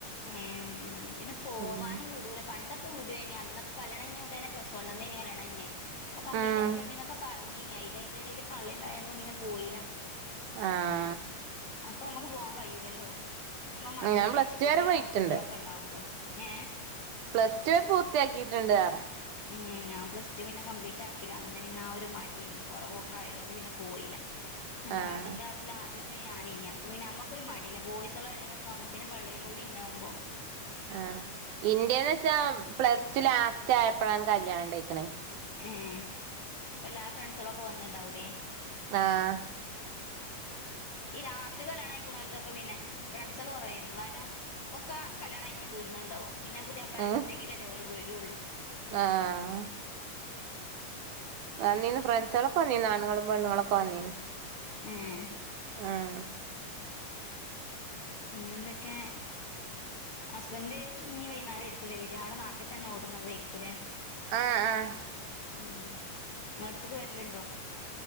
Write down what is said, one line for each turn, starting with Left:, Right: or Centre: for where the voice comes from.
Left: ഏഹ് ഏഹ് പിന്നെ പോവാനും
Right: ഉം
Left: വുടൂല പണ്ടൊക്കെ വുടേനി അന്നൊക്കെ കല്യാണം കയ്ഞ്ഞ ഉടനെ പ്ലസ് വണ്ണ് ന്നേനി കല്യാണം കയ്ഞ്ഞെ അപ്പം കംബ്ലീറ്റാക്ക്യോണ്ടീ
Right: ഉം
Left: ന്നൊക്കെ പറ ഞ്ഞീനി അയല് അയ്ന്റെ എടേല് പള്ളേണ്ടായപ്പം പിന്നെ പോയില
Right: ആഹ്
Left: അപ്പമ്മക്ക് പോവാൻ കയ്യൂലല്ലോ അമ്മ മടിയല്ലേച്
Right: ഞാൻ പ്ലസ് ടു
Left: കുട്ട്യേള്
Right: വരെ പോയിട്ടുണ്ട്
Left: ആങ്കുട്ടേളൊക്കെ ഉള്ളാവുമ്പോ ഏഹ്
Right: പ്ലസ് ടു പൂർത്തിയാക്കിയിട്ടുണ്ട് പറ
Left: ഏഹ് ഞാൻ പ്ലസ് ടു പിന്നെ കംപ്ലീറ്റ് ആക്കീല്ല അന്ന് പിന്നെ ആ ഒരു മടിയും കുറവൊക്കെ ആയോണ്ട് പിന്നെ പോയില നമ്മളാതിന്റെ
Right: ആഹ്
Left: ക്ലാസില് ആദ്യ ത്തെ ഞാനേനി അപ്പം പിന്നെ ഞമ്മക്കൊരു മട്യല്ലെ ബോയിസെളെ എടേലൊക്കെ ആവുമ്പം പിന്നെ പള്ളേലൂടിണ്ടാവുമ്പം
Right: ആഹ് ഇൻ്റെന്നച്ചാ പ്ലസ് ടു ലാസ്റ്റ് ആയപ്പളാണ് കല്യാണം ഇണ്ടയ്ക്ക്ണ
Left: ഏഹ് അപ്പെല്ലാ ഫ്രണ്ട്സളൊക്കെ വന്ന്ണ്ടാവുലെ
Right: ആഹ്
Left: ഈ ലാസ്റ്റ്ക്ക് കല്യാണം കയ്ക്ക്ണോൽതൊക്കെ പിന്നെ ഫ്രൻസെള് കൊറേ വരും കാരണം ഒക്ക കല്യാണം കഴിഞ്ഞ് തീർന്ന്ണ്ടാവും പിന്നെ പുത്യാപ്ലാര്
Right: ഉം
Left: വിട്ടെങ്കിലല്ലെ ഓല് വരൊള്ളു.
Right: ആഹ് വന്നീന്നു ഫ്രണ്ട്സേളൊക്കെ വന്നീന്നു ആണ്ങ്ങളും പെണ്ണ്ങ്ങളൊക്കെ വന്നീന്നു.
Left: ഏഹ്
Right: ആഹ
Left: പിന്നെന്തൊക്കെ ഹസ്ബന്റ് ഇഞ്ഞ് വൈന്നാരം ആയിരിക്കൂലേ വര്യാ? അവുടെ നാട്ട് തന്നെ ഓട്ണതേര്ക്കൂലേ?
Right: ആഹ അഹ
Left: ഉം ഇങ്ങളടത്ത്ക്ക് വരല്ണ്ടോ?